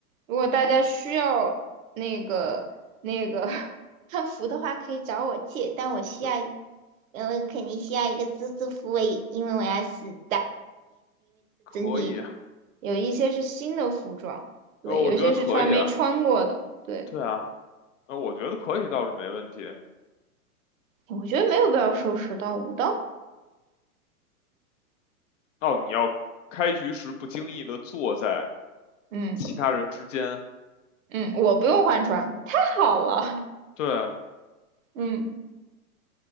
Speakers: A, on the right; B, on the left.
A: 如果大家需要那个那个 <laughs> 汉服的话可以找我借，但我需要，
B: 对，
A: 呃，你需要一个蜘蛛服，我也因为我要死
B: 可以啊，
A: 敌。有一些是新的服装，对，
B: 呃，我觉得可以啊，
A: 有一些是从来没穿过的，对。
B: 对啊，呃，我觉得可以倒是没问题。
A: 我觉得没有必要收拾到五刀。
B: 哦，你要开局时不经意的坐在
A: 嗯
B: 其他人之间，
A: 嗯，我不用换装，太好了。
B: 对，
A: 嗯